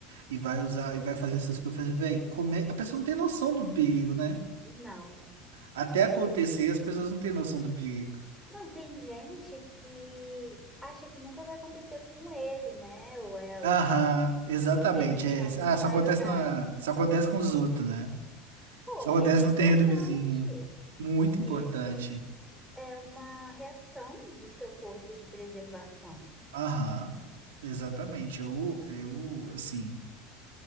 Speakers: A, on the right (about 85°); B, in the centre.
A: e vai usar, e vai fazer essas coisas, velho, comer. A pessoa não tem noção do perigo, né?
B: Não.
A: Até acontecer, as pessoas não têm noção do perigo.
B: Não, tem gente que acha que nunca vai acontecer com ele, né? Ou ela,
A: Aham, exatamente.
B: que eles
A: É,
B: são
A: isso. ah,
B: os maiorais.
A: só acontece na, só acontece com os outros, né?
B: Pô,
A: Só acontece
B: medo é
A: no
B: importante.
A: terreiro do vizinho. Muito
B: Medo
A: importante.
B: é uma reação do seu corpo de preservação.
A: Aham, exatamente. Eu, eu, assim,